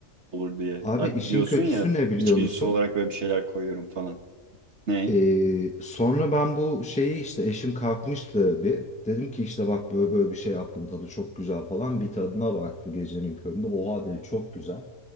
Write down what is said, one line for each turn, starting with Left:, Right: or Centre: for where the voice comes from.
Right: olur diye.
Centre: Abi
Right: Ya
Centre: işin
Right: diyorsun
Centre: kötüsü
Right: ya
Centre: ne biliyor
Right: içgüdüsü
Centre: musun?
Right: olarak böyle bir şeyler koyuyorum falan. Ne?
Centre: Ee, sonra ben bu şeyi işte eşim kalkmıştı bir. Dedim ki işte bak böyle böyle bir şey yaptım tadı çok güzel falan. Bir tadına baktı gecenin köründe. Oha dedi çok güzel.